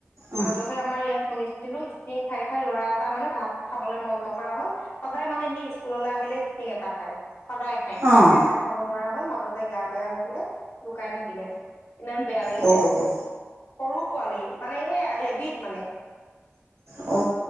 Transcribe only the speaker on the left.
মাজতে আমাৰ ইয়াত শুনিছিলো ষ্টিং খাই খাই লৰা এটা মানে ভাত খাবলৈ মন নকৰা হল সদায় মানে সি স্কুললৈ আহিলে ষ্টিং এটা খায়। সদায় খাই খাই
খাই ভাত খাব নোৱাৰা হল মাজতে গা বেয়া হৈ বোলে লুকাই থাকিলে ইমান বেয়া লাগিছে
সৰু পোৱালি মানে সেইয়াই হেবিধ মানে